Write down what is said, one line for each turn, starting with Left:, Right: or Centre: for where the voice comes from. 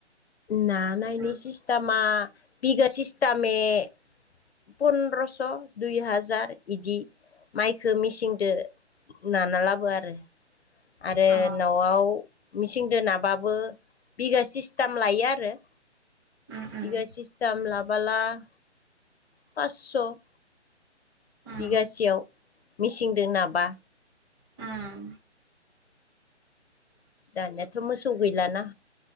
Left: नानायनि
Right: प्लिस
Left: सिस्टामा- बिगा सिस्तामे- पन्द्रस' दुइ हाजार इदि- माइखो मिसिंदो नाना लाबो आरो- आरो
Right: अ
Left: न'आव- मिसिंदो नाबाबो बिगा सिस्थाम लायो आरो-
Right: उम उम
Left: बिगा सिस्टेम लाबोला- पासस'
Right: उम
Left: बिगासेयाव मिसिंदो नाबा
Right: ओम।
Left: दानियाथ' मोसौ गैलाना